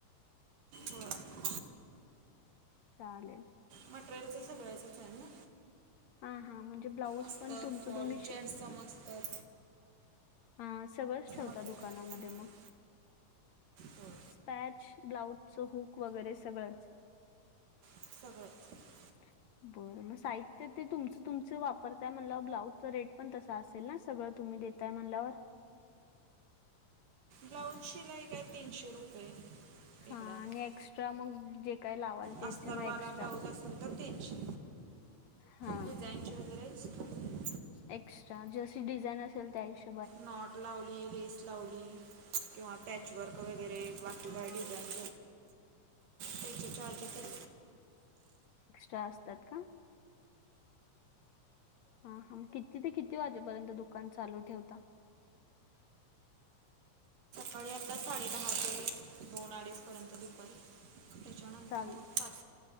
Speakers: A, on the right; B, on the left.
A: होय
B: चालेल
A: मटेरियलचं सगळ्याचंच आहे ना
B: हा हा म्हणजे ब्लाऊज
A: अस्तर
B: पण तुमचं
A: फॉल
B: तुम्ही श-
A: जेंट्स समजतर,
B: हा सगळंच ठेवता
A: मटेरियल
B: दुकानामध्ये मग
A: होय
B: स्पॅच, ब्लाउजच हूक वगैरे सगळंच,
A: सगळंच
B: हा बरं मग साहित्य ते तुमचं तुमच वापरताय म्हला ब्लाउजचं रेट पण तसा असेल ना सगळं तुम्ही काय म्हणल्यावर
A: ब्लाऊज शिलाई का आहे तीनशे रुपये
B: हा
A: इकडं आहे
B: आणि एक्स्ट्रा मग जे काय लावाल त्याचे
A: अस्तरवाला
B: मग एक्स्ट्रा
A: ब्लाऊज असेल तर तीनशे,,
B: हा
A: डिझाईनचे वगैरे एक्स्ट्रा
B: एक्स्ट्रा जशी डिझाईन असेल त्या हिशोब
A: नॉट लावली लेस लावली किंवा पॅच वर्क वगैरे वाटू काही डिझान त्याचे चार्ज ते
B: त्या असतात का. हा हा मग किती ते किती वाजेपर्यंत दुकान चालू ठेवता.
A: तरी आत्ता साडे दहा ते दोन अडीचपर्यंत दुपारी. त्याच्यानंतर
B: चाल
A: मग पाच,